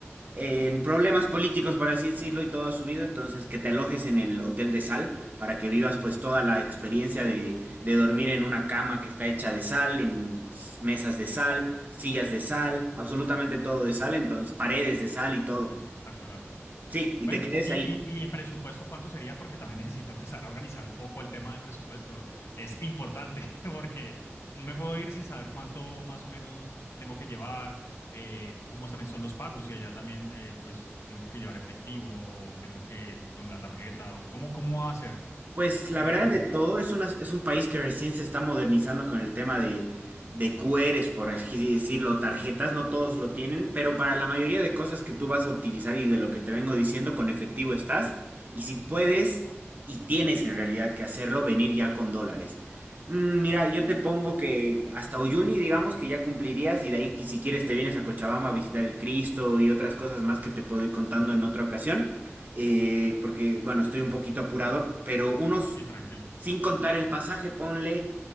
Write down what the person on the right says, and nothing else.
en problemas políticos, por así decirlo, y todo ha subido. Entonces, que te alojes en el Hotel de Sal para que vivas pues toda la experiencia de, de dormir en una cama que está hecha de sal, en s- mesas de sal, sillas de sal, absolutamente todo de sal, entonces paredes de sal y todo.
Sí, y
te quedes
ahí.
Pues la
verdad
de todo, es, una, es un país que recién se está modernizando con el tema de, de QRs, por así decirlo, tarjetas, no todos lo tienen, pero para la mayoría de cosas que tú vas a utilizar y de lo que te vengo diciendo, con efectivo estás, y si puedes y tienes en realidad que hacerlo, venir ya con dólares. Mm, Mira,
yo te pongo que hasta Uyuni, digamos que ya cumplirías, y de ahí que si quieres te vienes a Cochabamba a visitar el Cristo y otras cosas más que te puedo ir contando en otra ocasión eh, porque, bueno, estoy un poquito apurado, pero unos,
sin contar el pasaje, ponle